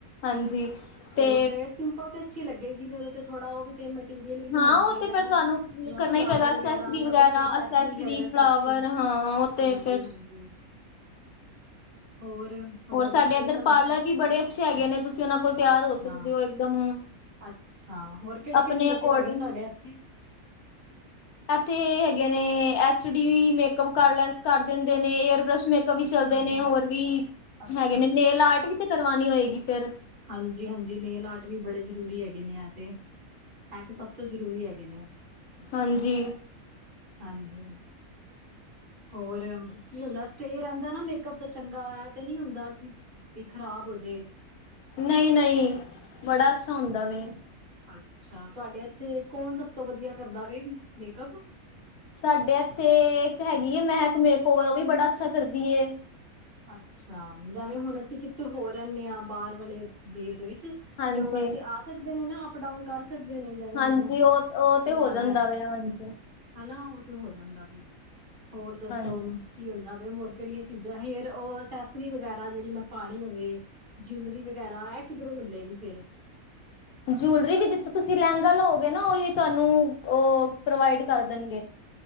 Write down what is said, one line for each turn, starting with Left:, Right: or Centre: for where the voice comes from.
Left: ਹਾਂਜੀ। ਤੇ
Right: ਔਰ ਓ ਬ੍ਰੈਡ ਸਿੰਪਲ ਤੇ ਅੱਛੀ ਲੱਗੇਗੀ ਨੀ ਓਦੇ ਤੇ ਥੋੜਾ ਉਵੀ ਤੇ ਮ ਰੀਅਲ ਵੀ ਤੇ
Left: ਹਾਂ
Right: ਹੋਣਾ
Left: ਉਹ
Right: ਚਾਈਦਾ
Left: ਫਿਰ
Right: ਨਾ
Left: ਤੁਹਾਨੂੰ
Right: ਯਾ
Left: ਕਰਨਾ
Right: ਫਲਾਵਰ
Left: ਹੀ ਪਏਗਾ
Right: ਵਗੈਰਾ
Left: ਅਸੈਸਰੀ
Right: ਯਾ
Left: ਵਗੈਰਾ
Right: accessory,
Left: accessory
Right: hair accessory
Left: flower ਹਾਂ ਉਹ ਤੇ
Right: ਹਾਂਜੀ
Left: ਫਿਰ
Right: ਹਾਂਜੀ ਹੋਰ
Left: ਹੋਰ ਸਾਡੇ
Right: ਦੱਸੋ
Left: ਇੱਦਰ
Right: ਕਲਗੀ
Left: ਪਾਰਲਰ ਵੀ ਬੜੇ ਅੱਛੇ ਹੈਗੇ ਨੇ ਤੁਸੀਂ ਉਨਾਂ ਕੋਲ ਤਿਆਰ
Right: ਅੱਛਾ
Left: ਹੋ ਸਕਦੇ ਓ ਇੱਕਦਮ
Right: ਅੱਛਾ ਹੋਰ ਕੇੜੇ
Left: ਆਪਣੇ
Right: ਕੇੜੇ ਮੇਕਅੱਪ
Left: ਅਕੋਰਡਿੰਗ
Right: ਹੈਗੇ ਨੇ ਤੁਹਾਡੇ ਐਥੇ?
Left: ਏਥੇ ਹੈਗੇ ਨੇ ਐਚ ਡੀ ਵੀ ਮੇਕਪ ਕਰ ਲੈ ਕਰ ਦੇਂਦੇ ਨੇ, ਏਅਰ ਬ੍ਰਸ਼ ਮੇਕ ਕਵੀ
Right: ਅੱਛਾ
Left: ਚੱਲਦੇ
Right: ਬੀ
Left: ਨੇ ਹੋਰ ਵੀ
Right: ਅੱਛਾ
Left: ਹੈਗੇ ਨੇ, ਨੇਲ ਆਰਟ ਵੀ ਤੇ ਕਰਵਾਣੀ ਹੋਏਗੀ ਫੇਰ?
Right: ਹਾਂਜੀ-ਹਾਂਜੀ ਨੇਲ ਆਰਟ ਵੀ ਬੜੇ ਜ਼ਰੂਰੀ ਹੈਗੇ ਨੇ ਐ ਤੇ ਐ ਤੇ ਸਭ ਤੋਂ ਜ਼ਰੂਰੀ ਹੈਗੇ ਨੇ
Left: ਹਾਂਜੀ
Right: ਹਾਂਜੀ ਹੋਰ ਕੀ ਹੁੰਦਾ ਸਟੇ ਰਹਿੰਦਾ ਨਾ ਮੇਕਅਪ ਦਾ ਚੰਗਾ ਏ ਤੇ ਨੀ ਹੁੰਦਾ ਕਿ ਵੀ ਖ਼ਰਾਬ ਹੋਜੇ
Left: ਨਹੀਂ ਨਹੀਂ ਬੜਾ ਅੱਛਾ ਹੁੰਦਾ ਵੇ
Right: ਅੱਛਾ ਤੁਆਡੇ ਏਥੇ ਕੌਣ ਸਭ ਤੋਂ ਵਧੀਆ ਕਰਦਾ ਵੇ ਮੇਕਅੱਪ?
Left: ਸਾਡੇ ਐਥੇ ਇੱਕ ਹੈਗੀ ਏ ਮਹਿਕ ਮੇਕਓਵਰ ਉਹ ਵੀ ਬੜਾ ਅੱਛਾ ਕਰਦੀ ਏ।
Right: ਅੱਛਾ ਜੈਵੇਂ ਹੁਣ ਅਸੀਂ ਕਿੱਥੇ ਹੋਰ ਰੇਂਨੇ ਆ ਬਾਰ ਵਾਲੇ ਬੇਦੇ <unintelligible> ਵਿੱਚ
Left: ਹਾਂਜੀ
Right: ਤੇ ਉ ਵੈਸੇ ਆ ਸਕਦੇ ਨੇ ਨਾ ਅਪ ਡਾਊਨ ਕਰ ਸਕਦੇ ਨੇ? ਜੇਵੇਂ
Left: ਹਾਂਜੀ
Right: ਹੁਨ
Left: ਉਹ
Right: ਅਸੀਂ
Left: ਉਹ
Right: ਕਰਵਾਨਾ
Left: ਤੇ ਹੋ ਜਾਂਦਾ
Right: ਐ
Left: ਵੇ ਹਾਂਜੀ
Right: ਹਨਾ ਉ ਤੇ ਹੋ ਜਾਂਦਾ ਵੇ ਹੋਰ ਦੱਸੋ
Left: ਹਾਂਜੀ
Right: ਕੀ ਹੁੰਦਾ ਵੇ? ਹੋਰ ਕੇੜੀਆਂ ਚੀਜ਼ਾਂ ਹੇਅਰ ਤੇ ਉ ਅਸੈਸਰੀ ਵਗੈਰਾ ਜੇੜੀ ਮੈਂ ਪਾਣੀ ਹੋਵੇ, ਜੁਲਰੀ ਵਗੈਰਾ ਏ ਕਿਦਰੋਂ ਮਿਲੇਗੀ ਫੇਰ?
Left: ਜੂਲਰੀ ਵੀ ਜਿੱਥ ਤੁਸੀਂ ਲੇਂਗਾ ਲੋਗੇ ਨਾ ਓਹੀ ਤੁਆਨੂੰ ਉ ਪ੍ਰੋਵਾਈਡ ਕਰ ਦੇਣਗੇ।